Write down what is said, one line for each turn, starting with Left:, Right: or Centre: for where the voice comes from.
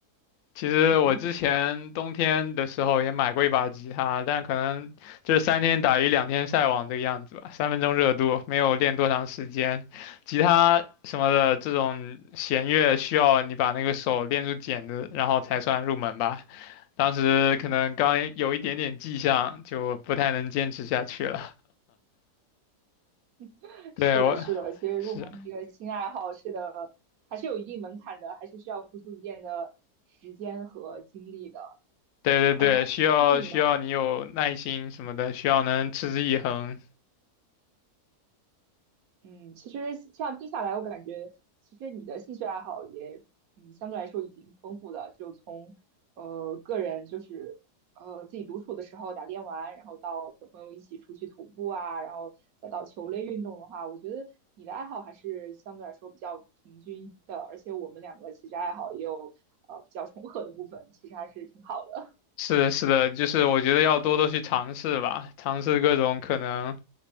Left: 其实我之前冬天的时候也买过一把吉他，
Right: 嗯，
Left: 但可能就是三天打鱼两天晒网这个样子吧，三分钟热度，没有练多长时间。吉他什么的这种弦乐需要你把那个手练出茧子，然后才算入门吧。当时可能刚有一点点迹象，就不太能坚持下去了。
Right: <laughs>
Left: <laughs> 对，
Right: 是的，
Left: 我
Right: 是的，其实入门一个新爱好，
Left: 是，
Right: 是的，还是有一定门槛的，还是需要付出一定的时间和精力的。
Left: 对对对，
Right: 呃，那那你呢？
Left: 需要需要你有耐心什么的，需要能持之以恒。
Right: 嗯，其实这样听下来，我感觉其实你的兴趣爱好也，嗯，相对来说已经丰富了。就从呃个人就是呃自己独处的时候打电玩，然后到和朋友一起出去徒步啊，然后再到球类运动的话，我觉得你的爱好还是相对来说比较平均的。而且我们两个其实爱好也有呃比较重合的部分，其实还是挺好的。
Left: 是的，是的，就是我觉得要多多去尝试吧，尝试各种可能。